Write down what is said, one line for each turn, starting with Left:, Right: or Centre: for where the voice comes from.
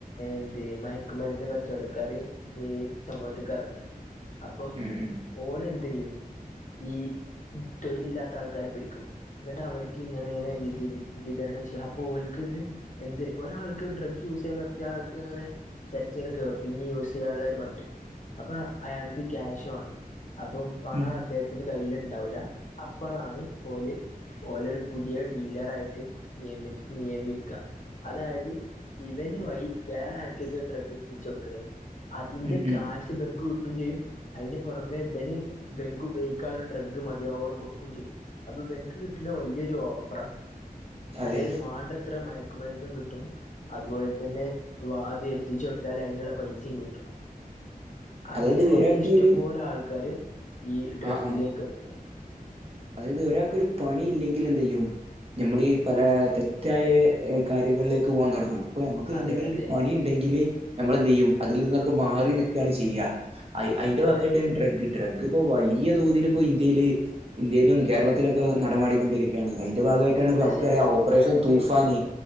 Left: എന്ത് മയക്കുമരുന്ന് കച്ചവടക്കാര് ഈ സമൂഹത്തക്ക് ഇറങ്ങണെ അപ്പം
Right: ഉം ഉം
Left: ഓലെന്ത് ചെയ്യും ഈ തൊഴിലില്ലാത്ത ആൾക്കാരെ പിടിക്കും എന്നിട്ട് അവർക്ക് ഇങ്ങനെ ഇങ്ങനെ വി വിതരണം ചെയ്യാം അപ്പോ ഓർക്ക് ഇത് എന്ത് ഒരാൾക്ക് ഡ്രഗ് യൂസ് ചെയ്യാൻ നിർത്തിയാ ആൾക്ക് അങ്ങനെ തിരച്ചി കേറും പിന്നെ യ ചെയ്യാനുള്ളവരു മട്ട് അപ്പൊ അയാൾക്ക് ക്യാഷ് വേണം അപ്പം പണം
Right: ഉം
Left: അദ്ദേഹ ത്തി കയ്ൽ ഉണ്ടാവില്ല അപ്പോഴാണ് ഓലി ഓലരു പുതിയ ഡീലർ ആയിട്ട് നിയമി നിയമിക്കാം അതായത് ഇവന വഴി വേറെ ആൾക്കൊക്ക് ഡ്രഗ് എത്തിച്ച് കൊടുക്കണേ അതിന്റെ
Right: ഉം ഉം
Left: കാശ് ബങ്ക് കിട്ടുകയും ചെയ്യും അതിന് പുറമെ ബെനി ബെൻക്ക് ഉപയോഗിക്കാനുള്ള ഡ്രഗ്ഗ് മതിയാവോളം കൊടുക്കുകയും ചെയ്യും അപ്പൊ ഇവനക്ക് കിട്ടുന്ന വലിയൊരു ഓഫറാണ്
Right: അതെ
Left: അതായത് വേണ്ടത്ര മ മരുന്നും കിട്ടും അതുപോലെ തന്നെ വാതി എത്തിച്ച് കൊടുത്താൽ അതിനുള്ള പൈസയും കിട്ടും അങ്ങനെയാണ്
Right: അതായത് ഒരാൾക്ക്
Left: ഇഷ്ടം
Right: ഒരു
Left: പോലെ ആൾക്കാര് ഈ ഡ്രഗിലേക്ക്
Right: ആ ആ
Left: എത്തണ
Right: അതായത് ഒരാൾക്കൊരു പണി ഇല്ലെങ്കിൽ എന്ത് ചെയ്യും നമ്മൾഈ പല തെറ്റായ കാര്യങ്ങളിലേക്ക് പോകവാൻ തുടങ്ങും അപ്പൊ നമ്മക്ക
Left: അതെ
Right: എന്തെങ്കിലും
Left: അതെ
Right: ഒരു പണി ഉണ്ടെങ്കില് നമ്മൾ എന്ത് ചെയ്യും അതിൽ നിന്നൊക്കെ മാറി നിക്കുകയാണ് ചെയ്യുക അതിന്റെ ഭാഗമായിട്ട്
Left: അതെ
Right: ഡ്രഗ് ഡ്രഗ് ഇപ്പൊ വലിയ തോതിൽ ഇപ്പോ ഇന്ത്യയില് ഇന്ത്യയിലും കേരളത്തിലൊക്കെ നടപടിക്കൊണ്ടരിക്കയാണ് അതിന്റെ ഭാഗമായിട്ട്
Left: എന്നാ
Right: നമക്കറിയാം
Left: ശരി
Right: ഓപ്പറേഷൻ
Left: നമുക്ക്
Right: തൂഫാന